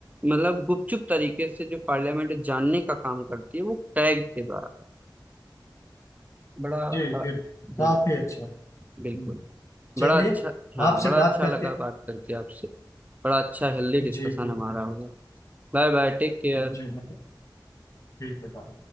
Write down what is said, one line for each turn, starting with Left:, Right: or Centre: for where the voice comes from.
Right: मतलब गुपचुप तरीके से जो पार्लियामेंट जानने का काम करती है वो टैग के द्वारा बड़ा
Left: जी बिल्कुल
Right: अ, जी
Left: काफी अच्छा हम्म,
Right: बिल्कुल
Left: चलिए
Right: बड़ा अच्छा हाँ
Left: आपसे
Right: बड़ा
Left: बात
Right: अच्छा
Left: करके
Right: लगा बात करके आपसे बड़ा अच्छा हेल्दी डिस्कशन
Left: जी बिल्कुल
Right: हमारा होगा Bye bye Take care
Left: जी मतलब ठीक है